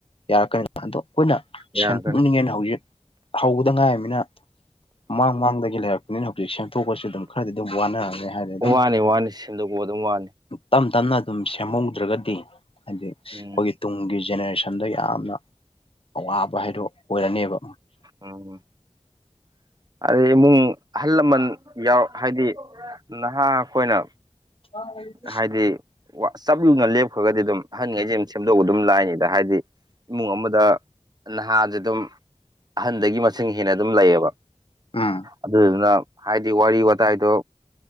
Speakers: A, on the left (about 50°); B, on the right (about 35°).
A: ꯌꯥꯔꯛꯀꯅꯤ ꯑꯗꯣ ꯈꯣꯢꯅ
B: ꯌꯥꯔꯛꯀꯅꯤ
A: ꯁꯦꯝ <unintelligible> ꯅꯤꯡꯉꯦꯅ ꯍꯧꯖꯤꯛ ꯍꯧꯕꯗꯩ ꯉꯥꯢꯃꯤꯅ ꯃꯥꯡ ꯃꯥꯡꯗꯒꯤ ꯂꯩꯔꯛꯄꯅꯤꯅ ꯍꯧꯖꯤꯛ ꯁꯦꯝꯇꯣꯛꯄꯁꯤ ꯑꯗꯨꯝ ꯈꯔꯗꯤ ꯋꯥꯟꯅꯔꯦ ꯍꯥꯢꯕꯩ ꯗꯨꯝ
B: ꯋꯥꯅꯤ ꯋꯥꯅꯤ ꯁꯦꯝꯗꯣꯛꯄ ꯑꯗꯨꯝ ꯋꯥꯅꯤ
A: ꯇꯝ ꯇꯝꯅ ꯑꯗꯨꯝ ꯁꯦꯝꯍꯧꯗ꯭ꯔꯒꯗꯤ ꯍꯥꯢꯗꯤ
B: ꯎꯝ
A: ꯈꯣꯢꯒꯤ ꯇꯨꯡꯒꯤ ꯖꯦꯅꯦꯔꯦꯁꯟꯗ ꯌꯥꯝꯅ ꯑꯋꯥꯕ ꯍꯥꯢꯗꯣ ꯑꯣꯢꯔꯅꯤꯕ
B: ꯎꯝ ꯑꯗꯩ ꯏꯃꯨꯡ ꯑꯍꯜ ꯂꯃꯟ ꯌꯥꯎ ꯍꯥꯢꯗꯤ ꯅꯍꯥ ꯑꯈꯣꯢꯅ
A: <unintelligible>
B: ꯍꯥꯢꯗꯤ ꯋꯥ ꯆꯞ ꯌꯨꯡꯅ ꯂꯦꯞꯈ꯭ꯔꯒꯗꯤ ꯑꯗꯨꯝ ꯑꯍꯟꯒꯩꯖꯤꯡ ꯁꯦꯝꯗꯧꯕ ꯑꯗꯨꯝ ꯂꯥꯛꯅꯤꯗ ꯍꯥꯢꯗꯤ ꯏꯃꯨꯡ ꯑꯃꯗ ꯅꯍꯥꯥꯖꯦ ꯑꯗꯨꯝ ꯑꯍꯟꯗꯒꯤ ꯃꯁꯤꯡ ꯍꯦꯟꯅ ꯑꯗꯨꯝ ꯂꯩꯌꯦꯕ
A: ꯎꯝ
B: ꯑꯗꯨꯗꯨꯅ ꯍꯥꯢꯗꯤ ꯋꯥꯔꯤ ꯋꯥꯇꯥꯢꯗꯣ